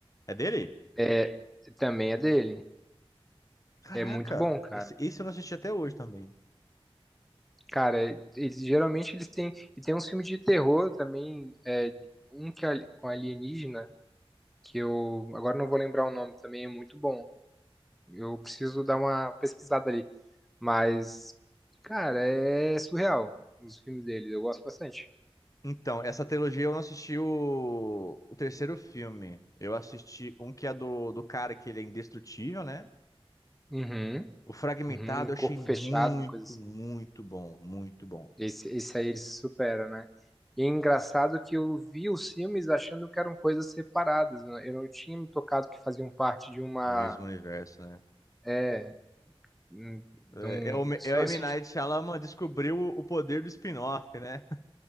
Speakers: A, on the left; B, in the centre.
A: É dele?
B: É, também é dele.
A: Caraca!
B: É muito bom, cara.
A: Esse, esse eu não assisti até hoje também.
B: Cara, eles geralmente eles têm e tem uns filmes de terror também, é, um que é ali- com alienígena que eu agora não vou lembrar o nome, também é muito bom. Eu preciso dar uma pesquisada ali. Mas, cara, é surreal os filmes dele. Eu gosto bastante.
A: Então, essa trilogia eu não assisti o, o terceiro filme. Eu assisti um que é do, do cara que ele é indestrutível, né?
B: Uhum.
A: O Fragmentado
B: Uhum.
A: eu achei
B: Corpo
A: muito,
B: fechado, uma coisa assim.
A: muito bom. Muito bom.
B: Esse, esse aí ele se supera, né? E é engraçado que eu vi os filmes achando que eram coisas separadas. né? Eu não tinha me tocado que faziam parte de uma.
A: Mesmo universo, né?
B: É. hum, de
A: É,
B: um-
A: é o,
B: só
A: é o M.
B: esse-
A: Night
B: <laughs>
A: Shyamalan descobriu o o poder do spin-off, né?